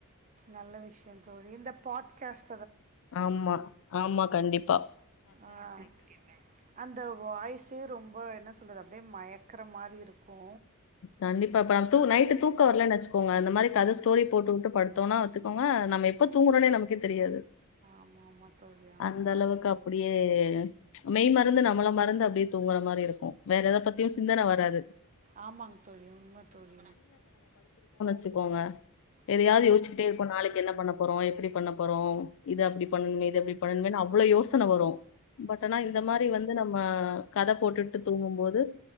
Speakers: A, on the right; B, on the left.
A: நல்ல விஷயோ தோழி இந்த பாட் காஸ்
B: ஆமா ஆமா கண்டிப் ப்பா
A: ஆஹ் அந்த வாய்ஸே ரொம்ப என்ன சொல்லது அப்டியே மயக் க்கற மாரி இருக்கு
B: கண்டிப்பா இப்ப ந தூ நைட்டு் தூக்க வரலன்னு வெச்சுக்கோங்க இந்த மாரி கதை ஸ்டோரி போட்டுவுட்டு படுத்தோனா வத்துக்கோங்க நம்ம எப்ப தூங்கறோனே நமக்கே தெரியாது
A: ஆமா தோழி ஆமா
B: அந்த அளவுக்கு அப்டியே மெய் மறந்து நம்மள மறந்து அப்டியே தூங்குற மாரி இருக்கு வேற எத பத்தியு சிந்தன வராது
A: ஆமாங்க தோழி உண்ம தோழி
B: ச்சுக்கோங்க எதயாவது
A: ம்
B: யோச்சிட்டே இருப்போ நாலிக்கு என்ன பண்ண போறோ எப்டி பண்ணப் அப்பறோ இத அப்டி பண்ணணுமே இத இப்டி பண்ணணுமே னு அவ்லோ யோசன வரு பட் ஆனா இந்த மாரி வந்து நம்ம கத போட்டுட்டு தூங்கும் போது